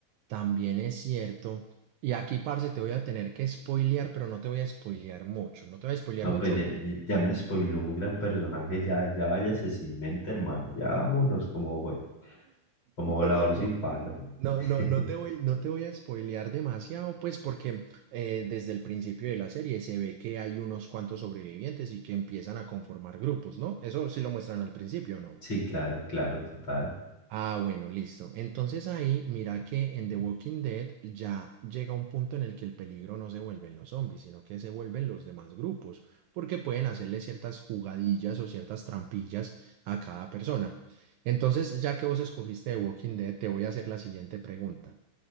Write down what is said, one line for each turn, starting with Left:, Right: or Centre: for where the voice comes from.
Right: también es cierto, y aquí, parce, te voy a tener que spoilear, pero no te voy a spoilear mucho, no te voy a spoilear
Left: No,
Right: mucho,
Left: pues ya, ya me spoiló un gran personaje. Ya, ya váyase sin mente, hermano. Ya vámonos como fue. Como
Right: no,
Left: volador
Right: no,
Left: sin
Right: no.
Left: palo.
Right: No,
Left: <laughs>
Right: no, no te voy, no te voy a spoilear demasiado, pues porque eh, desde el principio de la serie se ve que hay unos cuantos sobrevivientes y que empiezan a conformar grupos, ¿no? Eso sí lo muestran al principio, ¿no?
Left: Sí, claro, claro, total.
Right: Ah, bueno, listo. Entonces ahí, mira que en The Walking Dead ya llega un punto en el que el peligro no se vuelven los zombies, sino que se vuelven los demás grupos, porque pueden hacerle ciertas jugadillas o ciertas trampillas a cada persona. Entonces, ya que vos escogiste The Walking Dead, te voy a hacer la siguiente pregunta.